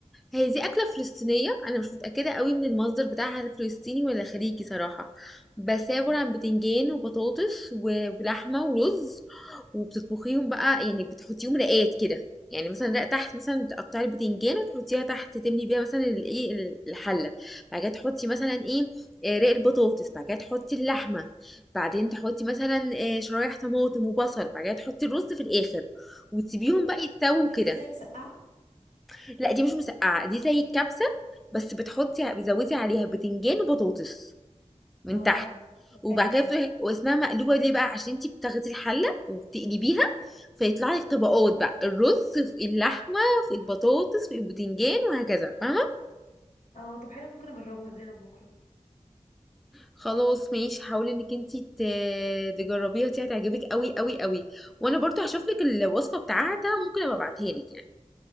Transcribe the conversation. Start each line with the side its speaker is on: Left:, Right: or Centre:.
Centre: هي دي أكلة فلسطينية أنا مش متأكدة قوي من المصدر بتاعها هل فلسطيني ولا خليجي صراحة بس هي
Left: مم.
Centre: عبارة عن بتنجان وبطاطس و- ولحمة ورز وبتطبخيهم بقى يعني بتحطيهم رقات كده يعني مثلا رق تحت مثلا تقطعي البتنجان وتحطيها تحت تملي بيها مثلا الايه ال- الحلة بعد كده تحطي مثلا ايه آه، رق البطاطس بعد كده تحطي اللحمة بعدين تحطي مثلا آه، شرايح طماطم وبصل بعد كده تحطي الرز في الآخر وتسيبيهم
Left: هي
Centre: بقى يتسووا كده
Left: دي زي المسقعة
Centre: لا دي مش مسقعه دي زي الكبسه بس بتحطي بتزودي عليها بتنجان وبطاطس من
Left: اه
Centre: تحت
Left: طب
Centre: وبعد
Left: حلو
Centre: كده
Left: ده
Centre: بتروحي- واسمها مقلوبه ليه بقى عشان انتي بتاخدي الحله وبتقلبيها فيطلع لك طبقات بقى الرز في اللحمه في البطاطس في البتنجان وهكذا فاهمه
Left: اه طب حلو ممكن اجربها دي انا بكرة
Centre: خلاص ماشي حاولي انك انتي ت- تجربيها دي هتعجبك قوي قوي قوي وانا برضو هشوف لك الوصفه بتاعتها ممكن ابقى ابعتها لك يعني